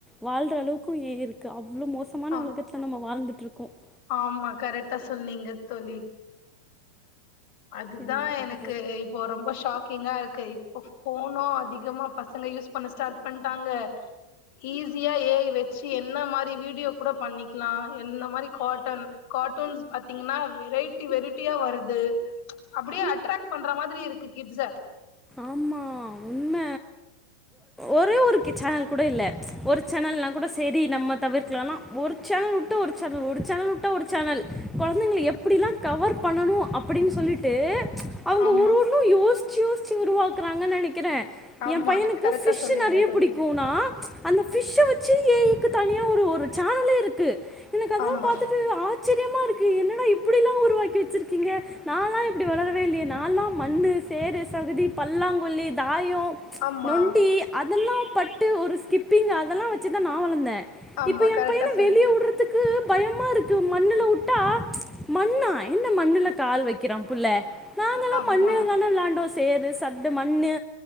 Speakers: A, in the centre; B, on the left (about 40°).
A: வாழ்ற அளவுக்கு ஏ ஐ ருக்கு அவ் அவ்ளோ மோசமான
B: ஆ
A: ஒலகத்துல நம்ப வாழ்ந் ட்ருக்கோ <unintelligible>
B: ஆமா கரெக்டா சொன்னீங்க தோழி அதுதா
A: என்ன பண்ணுறது
B: எனக்கு இப்போ ரொம்ப ஷாக்கிங்கா இருக்கு இப்போ ஃபோனோ அது அதிகமா பசங்க யூஸ் பண்ண ஸ்டார்ட் பண்ணிட்டாங்க ஈஸியா ஏ ஐ வெச்சி என்ன மாரி வீடியோ கூட பண்ணிக்கலா என்ன மாரி காட்டன் காட்டூன்ஸ் பாத்தீங்கன்னா வெரைட்டி வெரைட்டியா வரது அப்டியே அட்ராக் பண்ற மாரி இருக்கு கிட்ஸ
A: ஆமா உண்ம ஒரே ஒரு சேனல் கூட இல்ல ஒரு சேனல்னா கூட சேரி நம்ப தவிர்க்கலானா ஒரு சேனல் வுட்டு ஒரு சேனல் ஒரு சேனல் வுட்டா ஒரு சேனல் கொழ புள்ளைங்கள எப்டில்லா கவர் பண்ணனு அப்டின்னு சொல்லிட்டு அவுங்க
B: ஆமா
A: ஒரு ஒன்னு யோஷ் சஜுஸ் வச்சி உருவாக்குறாங்கனு நென கிறே
B: ஆமா
A: ஏ பையனுக்கு
B: கரெக்டா
A: ஃபிஷு
B: சொன்னீங்க
A: நெறைய
B: தோழி
A: புடிக்குனா அந்த ஃபிஷ வெச்சி ஏ ஐ தனியா ஒரு ஒரு சேனலே இருக் எனக்கு அதெல்லா
B: ஆமா
A: பாத்துட்டு ஆச்ச இருக்கு என்னடா இப்டில்லா உருவாக்கி வெச்சிருக்கீங்க நானெலா இப்டி வெளாடவே இல்லயே நாலா மண்ணு சேரு சகுதி பல்லாங்குழி தாய
B: ஆமா
A: <inaudible> நொண்டி அதெல்லா பட்டு ஒரு கிப்பிங் அதெலா வெச்சிதா நா வளந்தே
B: ஆமா
A: இப்ப ஏ
B: கரெக்டா
A: பையன
B: சொன்னீங்க
A: வெளிய வுடுறதுக்கு பயமா இருக்கு மண்ணுல வுட்டா மண்ணா என்ன மண்ணுல கால் வெக்கிறா புள்ள நாங்கெல்லா
B: ஆமா
A: மண்ணுல தானே விளாண்டோஸ் சேரு சட்டு மண்ணு